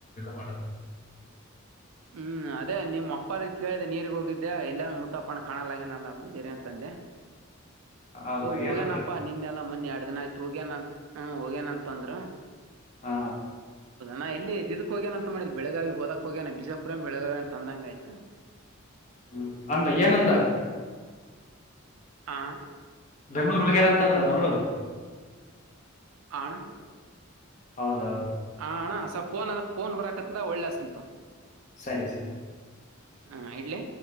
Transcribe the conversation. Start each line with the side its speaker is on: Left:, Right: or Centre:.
Left: ಮಾಡದು
Right: ಹ್ಮ್ ಅದೇ ನಿಮ್ಮ ಅಪ್ಪ ಕೇಳಿದೆ ನೀರ್ಗ್ ಹೋಗಿದ್ದೆ ಎಲ್ಲ ಮುುತ್ತಪ್ಪಣ ಕಾಣಲ್ಲಗನಲ್ಲ ಪೂಜಾರಿ ಅಂತಂದೆ
Left: ಹೌದು
Right: ಹೋಗೇನಪ್ಪಾ
Left: ಏನಂದ್ರ
Right: ನಿನ್ನೆಲ್ಲಾ ಮನ್ನೆ ಆ ದಿನ ಆಯ್ತು ಹೋಗೇನ ಹ ಹೋಗೇನಂತ ಅಂದ್ರ
Left: ಹಾ
Right: ನಾ ಎಲ್ಲಿ ದಿದ ಕೋಗ್ಯನ ಅಂತ ನಾ ನಾ ಹೇಳ್ಲಿ ಇಧಕೆ ಹೋಗ್ಯಾನ್ ಮಾಡಿದ್ದ್ ಬೆಳಗಾವಿಗೆ ಹೋದಾಕ್ಕ ಹೋಗ್ಯನ ಬಿಜಾಪುರ ಬೆಳಗಾವಿ ಅಂತಂದಂಗ ಆಯ್ತು
Left: ಹ್ಮ ಅಂದ ಏನಂದ
Right: ಹಾ
Left: ಬೆಂಗ್ಳೂರ್ ಹಗ್ಯಾರ ಅಂತಂದ್ರ ಅವರು
Right: ಹಾ ಅಣ್ಣ
Left: ಹೌದೌದು
Right: ಹ ಅಣ್ಣ ಸ್ವಲ್ಪ ಫೋನ್ ಫೋನ್ ಬರಕತ್ತದ ಒಳ್ಳೆ ಹಸತಿನಿ
Left: ಸರಿ ಸ
Right: ಹಾ ಇಡ್ಲಿ